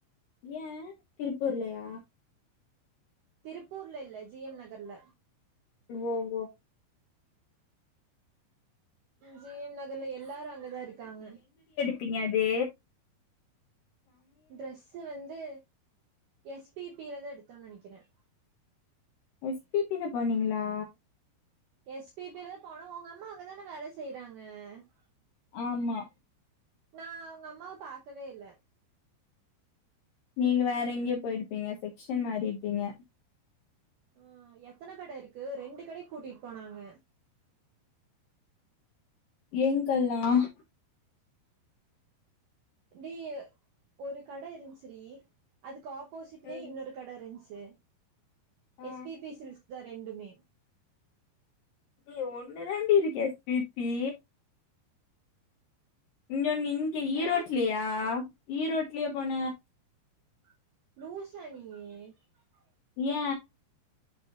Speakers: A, on the left (about 75°); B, on the right (about 75°).
A: ஏன் திருப்பூர்லையா
B: திருப்பூர்ல இல்ல ஜி எம் நகர்ல
A: ஓ ஓ
B: உம் ஜே எம் நகர்ல எல்லாரும் அங்கதான் இருக்காங்க
A: த்தீங்கதே
B: ட்ரெஸ்ஸு வந்து எஸ்பிபிலதான் எடுத்தோம்னு நினைக்கிறேன்
A: எஸ்பிபிலா போனீங்ளா
B: எஸ்பிபில தா போனோம் உங்கள் அம்மா அங்கதான வேல செய்யறாங்க <inaudible>
A: ஆமா
B: நான் அவங்க அம்மாவ பாக்கவே இல்ல
A: நீங்க வேற எங்கயோ போயிருப்பீங்க செக்ஷன் மாறிருப்பீங்க
B: ஆஹ் எத்தன கட இருக்கு ரெண்டு கடை கூட்டிட்டு போனாங்க
A: எங்கல்லாம்
B: டி ஒரு கட இருந்துச்சு டி அதுக் ஆப் ஆப்போசிட்லியே
A: ம்
B: இன்னொரு கடயிருன்சு து
A: ஆ
B: எஸ் பிபி சில் த ரெண்டுமே
A: ஏ ஒன்னு தாண்டி இருக்கே எஸபிபி இன்னோனு இங்க ஈரோட்லியா
B: ஆ
A: ஈரோட்லியா போன
B: லூசானியு
A: ஏ